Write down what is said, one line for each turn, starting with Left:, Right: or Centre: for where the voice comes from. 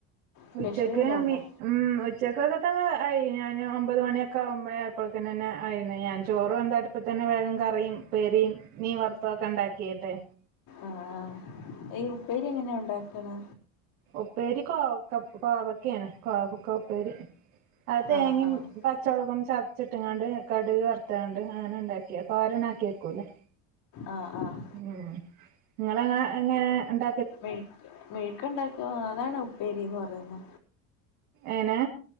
Left: സ്പെഷ്യൽ
Right: ഉച്ചക്ക്
Left: വല്ലോം ഉണ്ടോ
Right: മി ഉം ഉച്ചയ്ക്കൊക്കത്ത ആയി ഞാൻ ഒമ്പത് മണിയൊക്കെ ഒമ്പരആയപ്പോഴ്തേന് തന്നെ ആയിരുന്നു ഞാൻ ചോറ് വെന്ത അടു ഇപ്പ തന്നെ വേഗം കറിയും പേരിയും മീ വർത്തെക്കെ ഉണ്ടാക്കിട്ടെ
Left: ആഹ് ഈ ഉപ്പേരി എങ്ങനെയ ഉണ്ടാക്ക്ന്ന
Right: ഉപ്പേരി കോവക്ക കോവക്കയാണ് കോവക്ക ഉപ്പേരി അത് തേങ്ങയും
Left: ആഹ് ആഹ്
Right: പച്ചമളകും ചതച്ചിട്ടിങ്ങാണ്ട് കടുക് വറുതാണ്ട് അങ്ങനെ ഉണ്ടാക്കി തോരൻ ആക്കി വെക്കൂല്ലേ
Left: ആഹ് ആഹ്
Right: ഊം.. നിങ്ങളെങ്ങ എങ്ങനെഇണ്ട
Left: മെഴ്ക് മെഴുക്കുണ്ടാക്ക അതാണ് ഉപ്പേരിന്ന് പറയുന്നെ
Right: ഏനെ